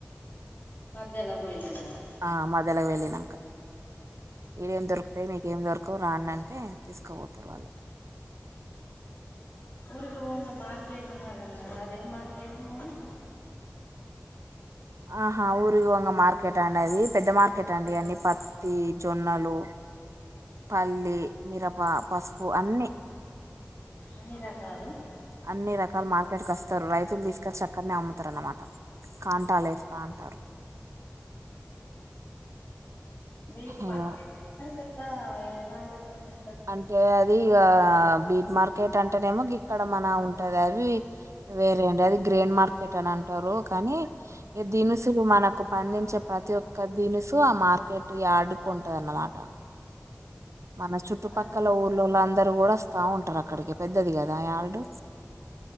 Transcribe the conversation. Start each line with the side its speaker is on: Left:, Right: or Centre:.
Left: మధ్యలో పోయలినాక
Right: ఆ మధ్యల వెళ్లినా ఈడేం దొరుకుతాయి మీకేం దొరకవు రాండి అంటే తీస్కోపోతారు వాళ్ళు
Left: <unintelligible> గుండా మార్కెట్ ఉన్నాదన్నారు గా అదేం మార్కెట్ మీరి
Right: ఆహా ఊరిగా ఉన్న మార్కెట్ ఆ అండి అది పెద్ద మార్కె ట్టండి అన్నీ పత్తి జొన్నలు పల్లి మిరప పసుపు అన్నీ
Left: అన్ని రకాలు
Right: అన్నీ రకాలు మార్కెట్ కస్తారు రైతులు తీసుకచ్చి అక్కడనే అమ్ముతారు అనమాట కాంటాలేస్తాన్
Left: నీటి పంటే
Right: అద
Left: <inaudible> కా ఎలాంటిదన్నా
Right: అంతే ది ఇగ బీట్ మార్కెట్ అంటేనేమో గిక్కడ మన ఉంటది అవి వేరే <unintelligible> గ్రెయిన్ మార్కెట్ అని అన్ టారు కానీ ఈ దినుసులు మనకు పండించే ప్రతి ఒక్క దినుసు టు ఆ మార్కెట్ యార్డుకు ఉంటది అన్నమాట మన చుట్టుపక్కల
Left: అది
Right: ఊళ్ళోళ్ళం దరూ గూడా వస్తా ఉంటారు అక్కడికి పెద్దది గదా యార్డు